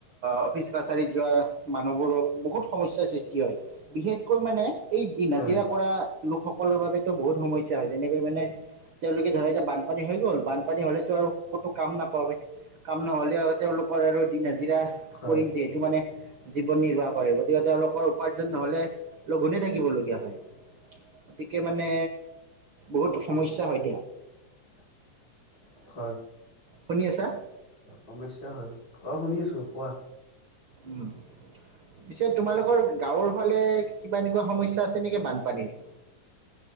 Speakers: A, on the right; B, on the left.
A: অফিচ কাছাৰীত যোৱা মানুহবোৰক বহুত সমস্যাৰ সৃষ্টি হয়। বিশেষকৈ মানে এই দিন
B: হয়
A: হাজিৰা কৰা লোকসকলৰ বাবেতো বহুত সমস্যা হয় যেনেকৈ মানে তেওঁলোকে ধৰা বানপানী হৈ গ'ল, বানপানী হলেতো আৰু কতো কাম নাপাব। কাম নহলেও তেওঁলোকৰ আৰু দিন হাজিৰা
B: হয়
A: কৰি যিহেতু মানে জীৱন নিৰ্বাহ কৰে গতিকে তেওঁলোকৰ উপাৰ্জন নহলে লগ গোনে থাকিবলগীয়া হয় গতিকে মানে বহুতো সমস্যা হয়
B: <inaudible>
A: শুনি আছা
B: সমস্যা হয় অ শুনি আছো কোৱা
A: উম পিছে তোমালোকৰ গাঁৱৰ ফালে কিবা এনেকুৱা সমস্যা আছে নেকি বানপানীৰ <inaudible>